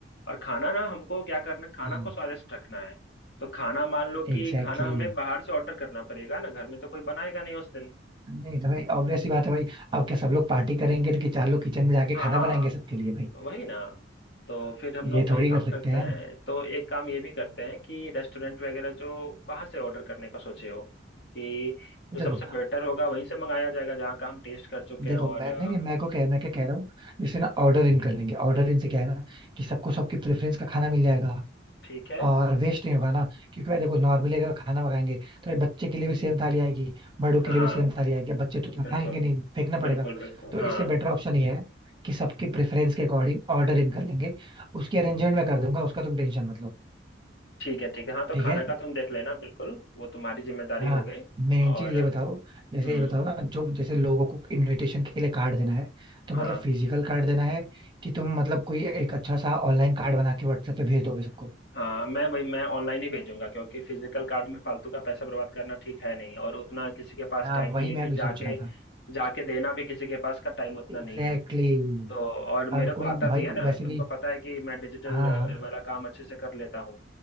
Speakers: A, on the left; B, on the right.
A: और खाना ना हमको क्या करना खाना
B: हाँ
A: को स्वादिष्ट रखना है तो खाना मान लो कि
B: एग्जैक्टली
A: खाना हमें
B: exactly.
A: बाहर से ऑर्डर करना पड़ेगा ना घर में तो कोई बनाएगा नहीं उस दिन
B: नहीं तो भाई ऑब्वियस ही बात है भाई अब क्या सब लोग पार्टी करेंगे तो कि चार लोग किचन में जाके
A: हाँ
B: खाना बनाएंगे सबके लिए भाई
A: वही ना तो फिर हम
B: ये
A: लोग वही
B: थोड़ी
A: काम
B: कर सकते
A: करते
B: हैं
A: हैं तो एक काम ये भी करते हैं कि रेस्टोरेंट वगैरह जो कहाँ से ऑर्डर करने का सोचे हो कि
B: देखो
A: जो सबसे बेटर होगा वहीं से मंगाया जाएगा जहाँ का हम टेस्ट कर चुके
B: देखो
A: हैं और
B: मैं
A: अ,
B: नहीं नहीं, मैं को कह मैं क्या कह रहा हूँ जैसे ना ऑर्डर इन कर लेंगे ऑर्डर इन से क्या है ना कि सबको सबकी प्रेफरेंस का खाना मिल जाएगा
A: ठीक है
B: और वेस्ट नहीं होगा ना क्योंकि भाई देखो नॉर्मली अगर खाना मंगाएंगे तो ये बच्चे के लिए भी सेम थाली आएगी बड़ों के
A: हाँ
B: लिए भी सेम थाली आएगी अब बच्चे तो उतना
A: बिल्कुल
B: खाएंगे नहीं फेंकना पड़ेगा
A: बिल्कुल बिल्कुल
B: तो इससे
A: हाँ
B: बेटर ऑप्शन ये है कि सबकी प्रेफरेंस के अकॉर्डिंग ऑर्डर इन कर लेंगे उसकी अरेंजमेंट मैं कर दूंगा उसका तुम टेंशन मत लो
A: ठीक है ठीक है हाँ तो
B: ठीक
A: खाना
B: है
A: का तुम देख लेना बिल्कुल वो तुम्हारी जिम्मेदारी
B: हाँ
A: हो गई
B: मेन
A: और
B: चीज ये बताओ जैसे
A: हम्म
B: ये बताओ ना जो जैसे लोगों को इनविटेशन के लिए कार्ड देना है तो
A: हाँ
B: मतलब फिजिकल कार्ड देना है कि तुम मतलब कोई एक अच्छा सा ऑनलाइन कार्ड बना के व्हाट्सएप पे भेज दोगे सबको
A: हाँ मैं भाई मैं ऑनलाइन ही भेजूंगा क्योंकि फिजिकल कार्ड में फालतू का पैसा बर्बाद करना ठीक है नहीं और उतना किसी के पास
B: हाँ
A: टाइम नहीं
B: वही
A: है
B: मैं
A: कि
B: भी
A: जाके
B: सोच रहा था
A: जाके देना भी किसी के पास का टाइम उतना
B: Exactly
A: नहीं है
B: exactly.
A: तो और
B: और
A: मेरे को
B: कोई
A: आता भी
B: भाई
A: है
B: वैसे
A: ना तुमको
B: भी
A: पता है कि मैं डिजिटल
B: हाँ
A: वाला काम अच्छे से कर लेता हूँ